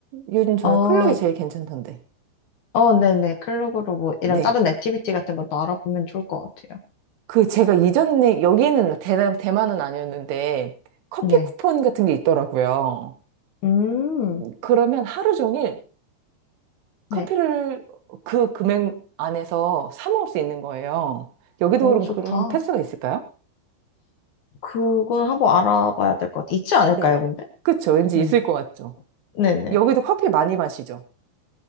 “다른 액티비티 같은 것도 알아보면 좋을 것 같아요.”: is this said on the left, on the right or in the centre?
Left